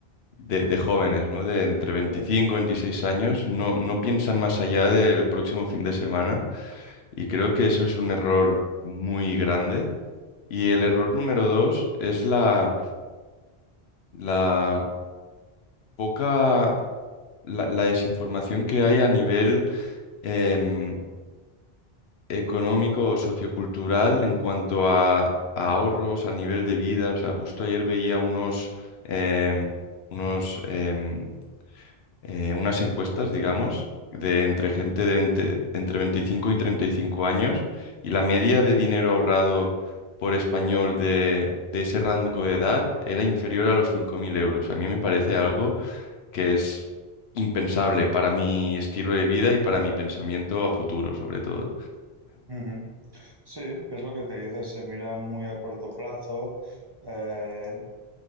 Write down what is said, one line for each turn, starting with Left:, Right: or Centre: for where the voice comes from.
Left: de, de jóvenes, ¿no? De entre 25
Right: Pues,
Left: y 26 años, no, no piensan más allá del próximo fin de semana y creo que eso es un error muy grande. Y el error número dos es la, la poca, la, la desinformación que hay a nivel em, económico o sociocultural en cuanto a, a ahorros, a nivel de vida. O sea, justo ayer veía unos... em, unos em, eh, unas encuestas, digamos, de entre gente de entre, entre 25 y 35 años y la media de dinero ahorrado por español de, de ese rango de edad era inferior a los 5.000 euros. A mí me parece algo que es impensable para mi estilo de vida y para mi pensamiento a futuro, sobre todo.
Right: Ujú. Sí, es lo que te dices, se mira muy a corto plazo. Eh,